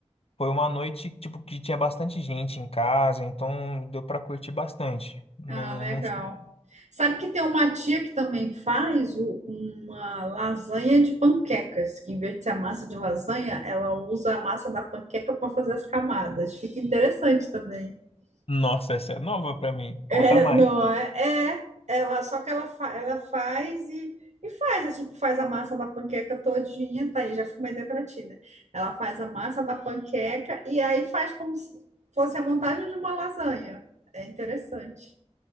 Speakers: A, on the left; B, on the right.
A: foi uma noite, tipo, que tinha bastante gente em casa, então deu pra curtir bastante. Não,
B: Ah, legal.
A: não... sou-
B: Sabe que tem uma tia que também faz o- uma lasanha de panquecas, que em vez de ser a massa de lasanha, ela usa a massa da panqueca para fazer as camadas. Fica interessante também. <laughs>
A: Nossa, essa é nova pra mim. Conta
B: É,
A: mais.
B: não é? É, ela, só que ela, fa- ela faz e, e faz, assim, tipo, faz a massa da panqueca todinha, tá aí, já fica uma ideia pra ti, né? Ela faz a massa da panqueca e aí faz como se fosse a montagem de uma lasanha. É interessante.